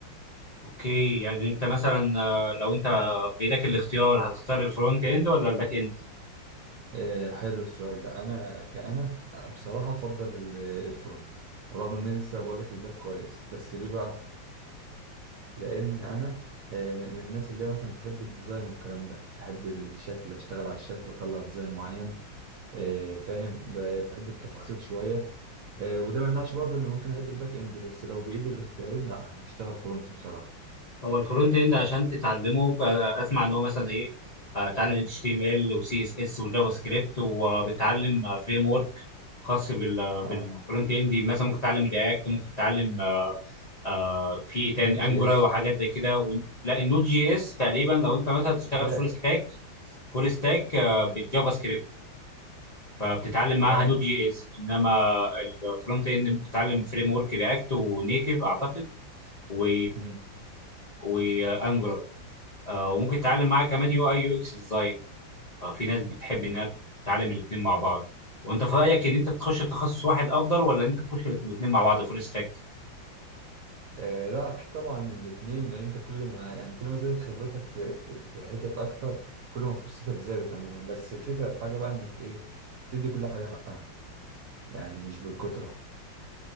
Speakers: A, on the left; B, on the right.
A: اوكي يعني انت مثلا آه، لو انت بايدك الاختيار هتختار الفرونت اند ولا الباك اند
B: آه، حلو السؤال ده انا كأنا بصراحة افضل ال- الفرونت ورغم ان انا لسه بقول لك الباك كويس بس ليه بقى لان انا آه، من الناس اللي هي مثلا بتحب الديزاين والكلام ده احب الشكل اشتغل على الشكل واطلع ديزاين معين آه، فاهم ب- بحب التفاصيل شوية آه، وده ما يمنعش برضه ان ممكن احب الباك اند بس لو بايدي الاختيارين لا هشتغل فرونت بصراحة
A: هو الفرونت اند عشان تتعلمه آه، اسمع ان هو مثلا ايه آه، تتعلم اتش تي ام ال وسي اس اس وجافا سكريبت وبتتعلم فريم ورك خاص بال
B: اه
A: بالفرونت اند مثلا ممكن تتعلم رياكت ممكن تتعلم آه، آه، في ايه تاني
B: نوت
A: انجولار
B: جي اس
A: وحاجات زي كده و- لا النود جي اس تقريبا لو انت مثلا تشتغل
B: باك
A: فول ستاك فول ستاك بالجافا سكريبت فبتتعلم
B: اه
A: معاها نود جي اس انما الفرونت اند ممكن تتعلم فريم ورك رياكت ونيتيف اعتقد و
B: مم.
A: وانجولار وممكن تتعلم معاها كمان يو اي يو اكس ديزاين في ناس بتحب انها تتعلم الاثنين مع بعض وانت في رايك ان انت تخش في تخصص واحد افضل ولا ان انت تخش في الاثنين مع بعض فول ستاك
B: آه لا اكيد طبعا الاثنين لان انت كل ما يعني كل ما زادت خبرتك في في, في حتت اكتر كل ما فرصتك زادت عموما بس الفكره في حاجه بقى انك ايه تدي كل حاجه حقها يعني مش بالكتره